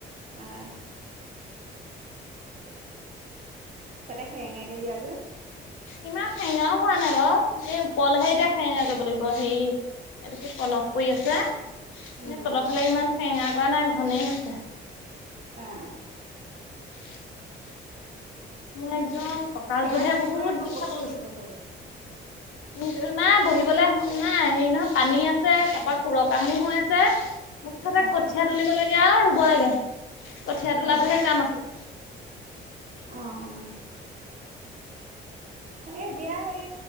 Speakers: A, on the right; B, on the left.
A: অ', তাতে সেৰেঙাকে দিয়া যে
B: ইমান সেঙাও হোৱা নাই বাও এই ওপৰলেহে এতিয়া সেঙা কৰিব লাগিব হেই এইটো কি পলস পৰি আছে।
A: উম,
B: এ তলৰ ফালে ইমান সেঙা কৰা নাই ঘনেই হৈছে।
A: অঁ অ
B: <inaudible> মই
A: তাকে
B: একদম কঁকালটোহে
A: সেয়া ৰুই
B: বহুত
A: হৈ আকৌ
B: বিষাব
A: বহিব
B: লৈছে।
A: লাগিব চাগে
B: উ নাই বহিবলৈ নাই হেৰি নহয় পানী আছে তাৰ পৰা কুৰ কামো হৈ আছে। মুঠাতে
A: অ',
B: কঠীয়া তুলিব লাগে আও ৰুব লাগে। কঠীয়া তোলাটোহে
A: অ',
B: কাম আছে।
A: অ', অ'। এই এতিয়া হে